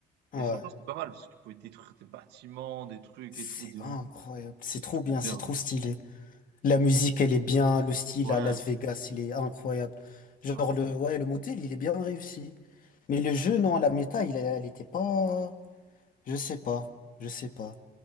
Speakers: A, on the right; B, on the left.
A: Mais
B: ouais. Ouais.
A: franchement, c'était pas mal, parce que tu pouvais détruire des bâtiments, des trucs
B: C'est
A: et tout. Des...
B: incroyable. C'est
A: C'était
B: trop
A: trop
B: bien, c'est
A: bien.
B: trop stylé. La musique, elle est bien, le style
A: Ouais,
B: à Las Vegas, il est incroyable. Genre
A: non, c'était...
B: le ouais, le modèle, il est bien réussi. Mais le jeu, non, la méta, il, elle était pas. Je sais pas. Je sais pas.